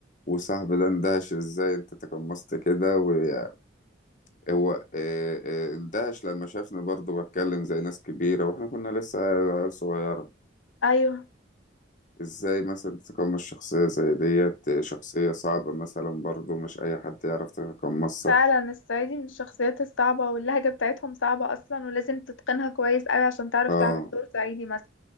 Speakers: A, on the left; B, on the left.
A: وصاحبي ده اندهش ازاي انت تقمصت كده وهو اه، اه، اندهش لما شافني برضه بتكلم زي ناس كبيرة واحنا كنا لسه عيال صغيرة
B: ايوه
A: ازاي مثلا تتقمص شخصية زي ديت شخصية صعبة مثلا برضو مش أي حد يعرف يتقمصها
B: فعلا الصعيدي من الشخصيات الصعبة واللهجة بتاعتهم صعبة اصلا ولازم تتقنها كويس قوي عشان تعرف
A: اه
B: تعمل دور صعيدي مثلا